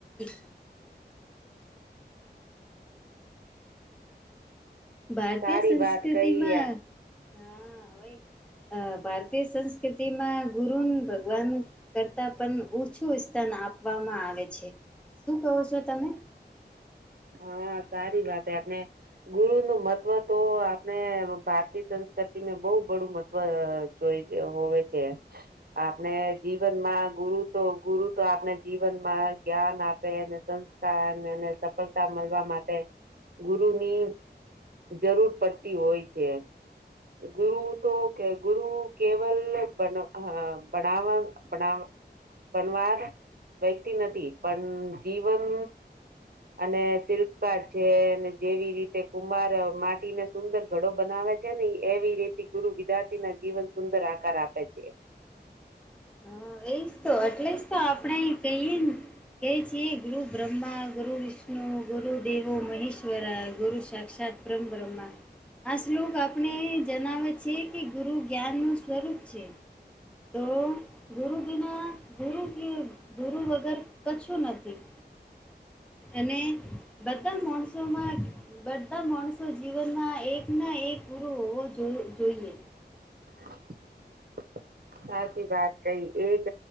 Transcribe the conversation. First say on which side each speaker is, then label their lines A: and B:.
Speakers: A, in the centre; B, on the right (about 60°).
A: <unintelligible> ભારતીય
B: સારી
A: સંસ્કૃતિ
B: વાત કહી
A: માં હા અ ભારતીય સંસ્કૃતિ માં ગુરુન ભગવાનનું કરતા પણ ઊછું સ્થન આપવામાં આવે છે શું કહો છો તમે
B: હા સારી વાત હે આપને ગુરુ નું મહત્વ તો આપણે ભારતીય સંસ્કૃતિને બહુ બડું મહત્વ હોઈ છે હોવે છે આપણે જીવનમાં ગુરુ તો ગુરુ તો આપણે જીવનમાં જ્ઞાન આપે અને સફળતા મળવા માટે ગુરુની જરૂર પડતી હોય છે. ગરુ તો ગુરુ કેવલ બન બનાવા બના પણવાર વ્યક્તિ નથી પણ જીવન અને શિલ્પકાર છે જેવી રીતે કુમાર માટીને સુંદર ઘડો બનાવે છે. ને એવી રીતે ગુરુ વિદાર્થીના જીવન સુંદર આકાર આપે છે.
A: હા, એજ તો એટલે જ તો આપણે કહીંએ ને કહે છીએ ગુરુ બ્રહ્મા ગુરુ વિષ્ણુ ગુરુદેવો મહેશ્વર ગુરુ સાક્ષાત બ્રમ બ્રહ્મમાં આ શ્લોક આપણે જણાવે છીએ કે ગુરુ જ્ઞાનનું સ્વરૂપ છે. તો ગુરુ બીના ગરુ કે ગરુ વગર કછું નથી અને બધા માણસોમાં બધા માણસો જીવનમાં એક ના એક ગુરુ હોવો જો જોઈએ.
B: <inaudible> સાચી વાત કઈ એક